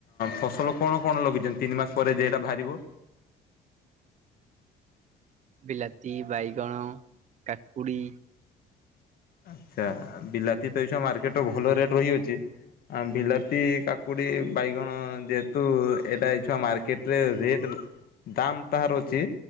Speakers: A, on the left; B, on the right.
A: ଫସଲ କଣ କଣ ଲଗେଇଛନ୍ତି? ତିନି ମାସ ପରେ ଯେହେଟା ବାହାରିବ।
B: ବିଲାତି ବାଇଗଣ କାକୁଡି।
A: ଆଛା ବିଲାତି ତ ଏଇ ସମୟରେ ମାର୍କେଟ୍ ରେ ର ଭଲ ରେଟ୍ ରହିଅଛି। ବିଲାତି କାକୁଡ଼ି ବାଇଗଣ ଯେହେତୁ ଏଇଟା ଛୁଆ ମାର୍କେଟରେ ରେଟ୍ ତାମ୍ ତାହାର ଅଛି